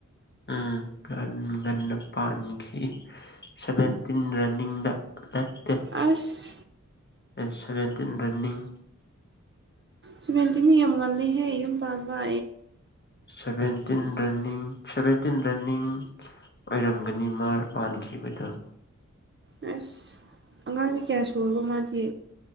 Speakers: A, on the left (about 35°); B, on the right (about 40°).
A: ꯎꯝ ꯉꯟꯅ ꯄꯥꯟꯈꯤ ꯁꯚꯦꯟꯇꯤꯟ ꯔꯟꯅꯤꯡꯗ ꯅꯠꯇꯦ
B: ꯑꯁ
A: ꯑꯦꯁꯔꯦ ꯇꯤꯟ ꯔꯅꯤꯡ
B: ꯁꯤꯃꯦꯟꯇ ꯅꯤꯌꯝ ꯒꯥꯟꯗ ꯍꯥꯏꯦꯌꯨꯝ ꯄꯕꯥ
A: ꯁꯚꯦꯟꯇꯤꯟ ꯔꯟꯅꯤꯡ ꯁꯚꯦꯟꯇꯤꯟ ꯔꯟꯅꯤꯡ ꯑꯣꯏꯔꯝꯒꯅꯤ ꯃꯥꯔ ꯃꯥꯟꯈꯤꯕꯗꯣ꯫
B: ꯑꯁ ꯑꯉꯥꯡꯗꯤ ꯀꯌꯥ ꯁꯨꯔꯕ ꯃꯥꯗꯤ